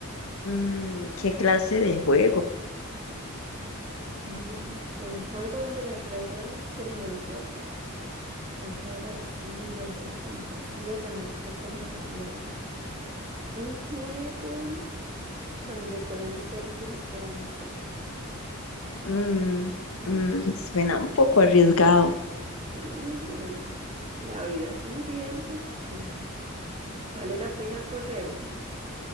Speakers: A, on the left; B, on the right.
A: Mm, ¿qué clase de juego?
B: Mm, un juego donde las reglas las ponemos nosotras. Un juego así donde la fantasía se mezcla con la realidad. Un juego donde podemos ser quienes queramos ser.
A: Mm,
B: Mm,
A: mm, suena un poco arriesgado.
B: s- mm, La vida es un riesgo, Sofía. Vale la pena correr, ¿no?